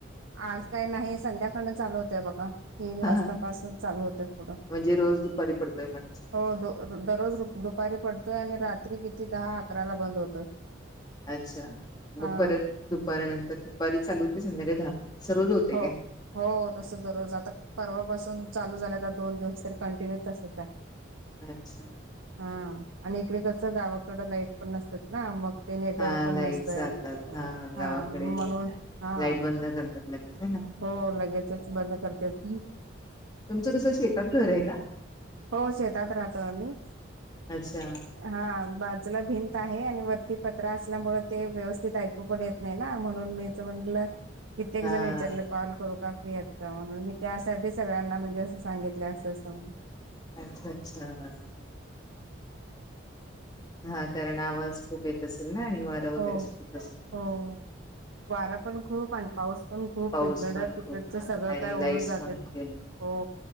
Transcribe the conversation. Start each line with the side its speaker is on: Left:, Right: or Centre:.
Right: आज काय नाही संध्याकाळनं चालू होतय बघा. तीन वाजतापासून
Left: हा हा
Right: चालू होते पुढं
Left: म्हणजे रोज दुपारी पडतोय म्हणायच
Right: हो दो दररोज दुपारी पडतोय आणि रात्री किती दहा, अकराला बंद होतोय.
Left: अच्छा
Right: हा
Left: मग परत दुपारी नंतर दुपारी चालू होते संध्याकाळी दहा अस रोज होतेका?
Right: हो हो तसं दररोज आता परवापासून चालू झाल्या तर दोन दिवस तरी कंटिन्यू तसच आहे.
Left: अच्छा.
Right: हा आणि इकडे कसं गावाकडं लाईट पण नसतातना मग ते नेटवर्क
Left: हा
Right: पण
Left: लाईट
Right: नसत
Left: जातात
Right: आहे
Left: गावाकडे
Right: हा म्हणून हा
Left: लाईट बंद करतात लगेच आहे ना
Right: हो लगेचच बंद करता येतील.
Left: तुमचं कसं शेतात घर आहे का?
Right: हो शेतात राहतो आम्ही
Left: अच्छा
Right: हा बाजूला भिंत आहे आणि वरती पत्र असल्यामुळे ते व्यवस्थित ऐकू पण येत नाहीना म्हणून मीच म्हटलं कित्येक
Left: हा
Right: जण विचारले कॉल करू का फ्री आहेत का म्हणून मी त्यासाठीच सगळ्यांना म्हणजे असं सांगितले असं, असं म्हणुन.
Left: अच्छा, अच्छा.. हा कारण आवाज खूप येत असेल ना आणि वारं वगैरे
Right: हो
Left: सुटत असेल.
Right: हो वारा पण खूप आणि पाऊस पण खूप
Left: पाऊस
Right: इकडं
Left: पण
Right: तिकटच
Left: खूप हा
Right: सगळं
Left: आणि
Right: काय ओडून
Left: लाईट्स
Right: जातेत
Left: पण गेले
Right: हो.